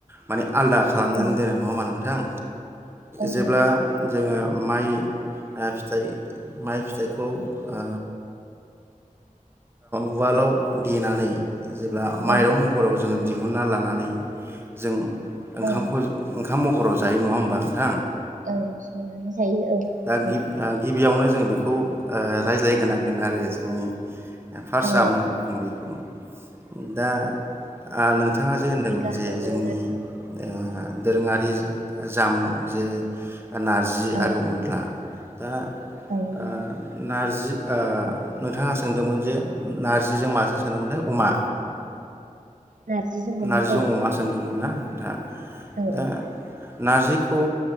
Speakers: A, on the right; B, on the right.
A: माने आलदा खालामनानै
B: औ
A: दोनो नङा होमबा नोंथां?
B: नंगौ
A: जेब्ला जोङो माइ ओ फिथाइ माइ फिथाइखौ ओ उवालाव देनानै जेब्ला माइरं
B: औ
A: महर जोङो दिहुन हुना लानानै जों ओंखामखौ
B: औ
A: खाम महराव जायो नङा होमबा नोंथां?
B: औ संनानै जायो औ
A: दा गिबि
B: औ
A: ओ गिबियावनो जोङो बेखौ ओ रायज्लायगोनांगोन आरो जोंनि फार्स्ट
B: औ
A: जामुं <unintelligible> उम दा ओ नोंथाङा जे
B: जोंनि
A: होनदोंमोन
B: गाहाय
A: जे
B: दोरोङारिखा
A: जोंनि ओ दोरोङारि जामुं जे नारजि
B: औ
A: आरो अनला दा ओ
B: औ नंगौ
A: नारजि ओ नोंथाङा सोंदोंमोन जे नार्जिजों माजों सोंदोंमोनथाय अमा
B: नारजिजों
A: नार्जिजों
B: औ
A: अमा सोंदोंमोन ना? दा
B: औ
A: दा
B: औ
A: नारजिखौ